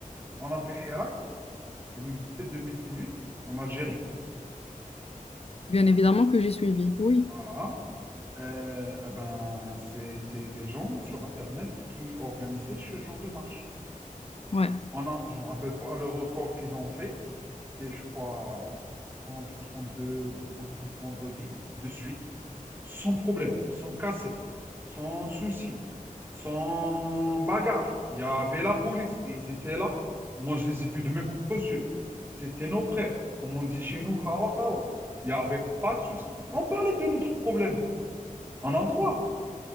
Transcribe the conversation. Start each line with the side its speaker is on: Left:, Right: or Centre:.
Right: on a fait Hirak, 2017-2018, en Algérie.
Left: Bien évidemment que j'ai suivi, oui,
Right: Voilà. Euh, ah ben, c'était des gens sur Internet qui organisaient ce genre de marche.
Left: ouais,
Right: On a, je ne me rappelle pas le record qu'ils ont fait. C'était, je crois, 30 ou 32 ou 36 vendredis de suite, sans problème, sans casser, sans souci, sans bagarre. Il y avait la police et ils étaient là. Moi, je les ai vus de mes propres yeux. C'était nos frères, comme on dit chez nous, khawa khawa. Il n'y avait pas de souci. On parlait de notre problème. On a le droit.